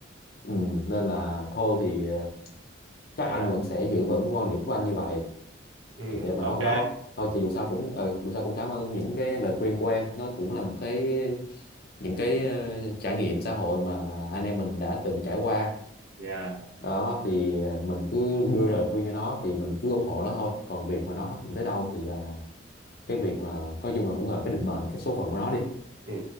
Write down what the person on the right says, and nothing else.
yeah
ừ,
ok
yeah
ừ.